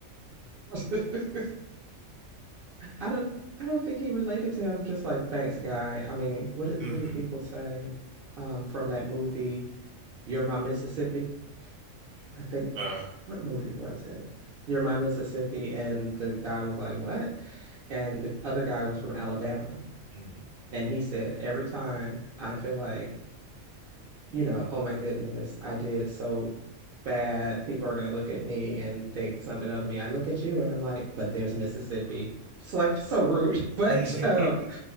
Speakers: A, on the right; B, on the right.
A: <laughs> I don't. I don't think he related to him. I'm just like, thanks, guy. I mean, what did
B: Mm.
A: what did people say um, from that movie? You're my Mississippi. I think <sighs>
B: Uh,
A: what movie was it? You're My Mississippi, and the guy was like, "What?" And the other guy was from Alabama,
B: mm.
A: and he said, "Every time I feel like, you know, oh my goodness, I did so bad. People are gonna look at me and think something of me. I look at you, and I'm like, but there's Mississippi. It's like so rude, <laughs> but
B: Mm.
A: um,